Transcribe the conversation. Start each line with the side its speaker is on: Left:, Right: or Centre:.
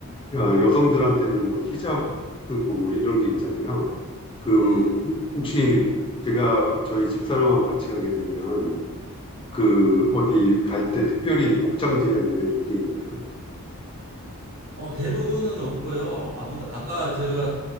Left: 아, 여성들한테는 뭐 히잡 쓰고 뭐 이런 게 있잖아요. 그
Right: 네.
Left: 혹시 제가 저희 집사람하고 같이 가게 되면 그 어디 갈 때 특별히 복장 제한이나 이런 게 있나요?
Right: 어, 대부분은 없고요. 아부, 아까 제가